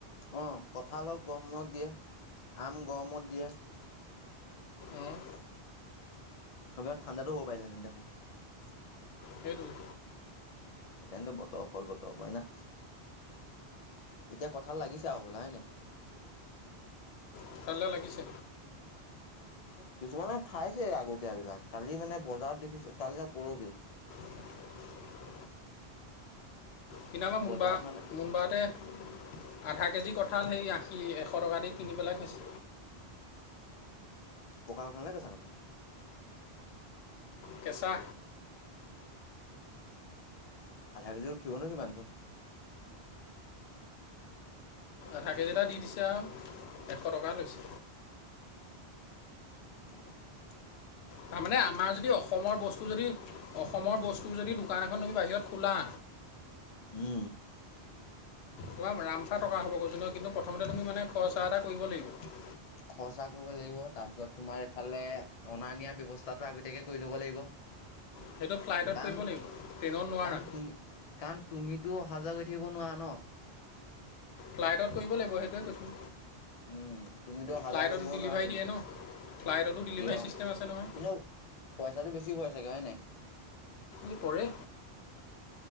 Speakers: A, on the left (about 45°); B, on the left (about 75°).
A: অ' কঁঠালো গৰমত দিয়ে, আম গৰমত দিয়ে। এইবোৰ
B: অঁ,
A: ঠাণ্ডাতো হ'ব পাৰিলেহেঁতেন দেখোন।
B: সেইটোৱে
A: সেইকাৰণেতো বতৰৰ ফল বতৰত কয় না এতিয়া কঁঠাল লাগিছে আৰু হ'বলা হয় নে নাই?
B: শুকালে লাগিছে।
A: কিছুমানে খাইছে আগতীয়াবিলাক। কালি মানে বজাৰত দেখিছোঁ, কালি নে পৰহি।
B: <unintelligible> কিন্তু আমাৰ মুনবা,
A: বজাৰত মানে
B: মুনবাহঁতে আধা কেজি কঁঠাল সেই আশী, এশ এশ টকা দি কিনি পেলাই খাইছে।
A: পকা কঁঠালনে কেঁচা কঁঠাল?
B: কেঁচা।
A: আধাকেজিত উঠিবনো কিমান কণ।
B: আধাকেজি এটা দি দিছে আৰু এশ টকা লৈছে।
A: <unintelligible>
B: তাৰমানে আমাৰ যদি অসমৰ বস্তু যদি অসমৰ বস্তুৰ যদি দোকান এখন তুমি বাহিৰত খোলা
A: উম।
B: তোমাৰ ৰামফা টকা হ'ব কৈছোঁ নহয়, কিন্তু প্ৰথমতে তুমি মানে খৰচা এটা কৰিব লাগিব।
A: খৰচা কৰিব লাগিব। তাৰপিছত, তোমাৰ এইফালে অনা-নিয়া ব্যৱস্থাটো আগতীয়াকৈ কৰি ল'ব লাগিব।
B: সেইটো ফ্লাইটত
A: কাৰণ,
B: কৰিব লাগিব ট্ৰেইনত নোৱাৰা
A: কাৰণ তুমি, কাৰণ তুমি তো অহা-যোৱা কৰি থাকিব নোৱাৰা ন।
B: ফ্লাইটত কৰিব লাগিব, সেইটোৱে কৈছোঁ।
A: উম, তুমিতো অহা-যোৱা
B: ফ্লাইটত
A: কৰি থাকিব
B: ডেলিভাৰী
A: নোৱাৰা, তুমি
B: দিয়ে ন
A: <unintelligible>
B: ফ্লাইটতো ডেলিভাৰী ছিষ্টেম আছে নহয়
A: কিন্তু পইচাটো বেছি পোৱা চাগে হয় নাই?
B: <unintelligible> পৰে।